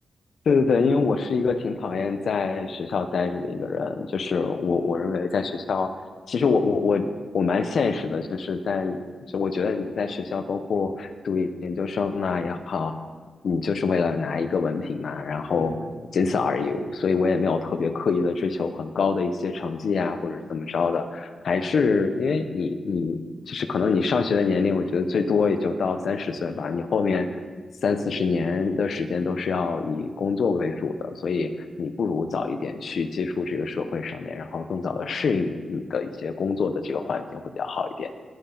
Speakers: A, on the left; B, on the right.
A: 对对对，因为我是一个挺讨厌在学校待着的一个人，
B: <laughs> 嗯。
A: 就是我我认为在学校，其实我我我我蛮现实的，就是在就我觉得你在学校，包括读研究生啊也好，你就是为了拿一个文凭嘛，然后仅此而已，
B: 嗯
A: 所以我也没有特别刻意的追求很高的一些成绩啊，或者怎么着的。还是因为你你就是可能你上学的年龄，我觉得最多也就到三十岁吧。你后面三四十年的时间都是要以工作为主的，所以你不如早一点去接触这个社会上面，然后更早的适应你的一些工作的这个环境会比较好一点。